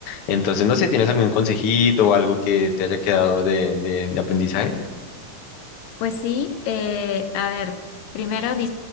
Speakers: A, on the left (about 55°); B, on the left (about 80°).
A: Entonces, no sé, ¿tienes algún consejito o algo que te haya quedado de, de- de aprendizaje?
B: Pues sí, eh, a ver, primero he